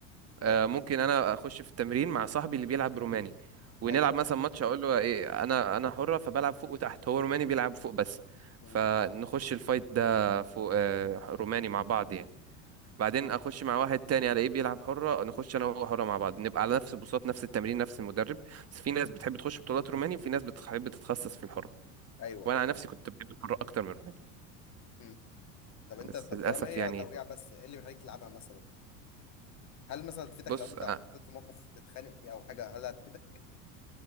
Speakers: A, on the right; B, on the left.
A: آه،
B: اه
A: ممكن انا اخش في التمرين مع صاحبي اللي بيلعب روماني ونلعب
B: ايوه
A: مثلا
B: ايوه
A: ماتش اقول له ايه انا انا حره فبلعب فوق وتحت هو روماني بيلعب فوق بس
B: مم.
A: فنخش الفايت ده فوق آه، روماني مع بعض يعني بعدين اخش مع واحد تاني الاقيه بيلعب حره نخش انا وهو حره مع بعض نبقى على نفس البساط نفس التمرين نفس المدرب بس في ناس بتحب تخش بطولات روماني وفي ناس بتحب تتخصص في الحره
B: ايوه
A: وانا
B: ايوه
A: على نفسي كنت بحب الحره اكتر من الروماني
B: مم. طب انت
A: بس
B: طب
A: للاسف
B: طالما هي
A: يعني
B: توقيع بس ايه اللي بيخليك تلعبها مثلا هل مثلا تفيدك
A: بص
B: لو انت
A: آه،
B: حطيت في موقف تتخانق فيه او حاجه هل هتفيدك